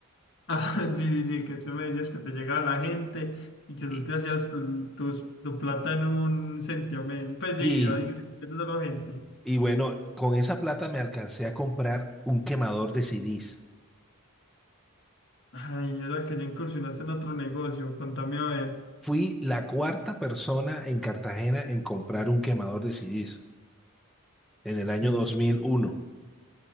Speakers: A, on the left; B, in the centre.
A: Ah, <laughs> sí, sí, sí, que tú me decías que te llegaba la gente y que tú
B: Y,
A: te hacías tu, tus- tu plata en un sentimiento. Pues
B: y,
A: sí, ahí de la gente.
B: y bueno, con esa plata me alcancé a comprar un quemador de CDs.
A: Ay, yo era que ya incursionaste en otro negocio, contame a ver.
B: Fui la cuarta persona en Cartagena en comprar un quemador de CDs en el año
A: ¿Qué?
B: 2001.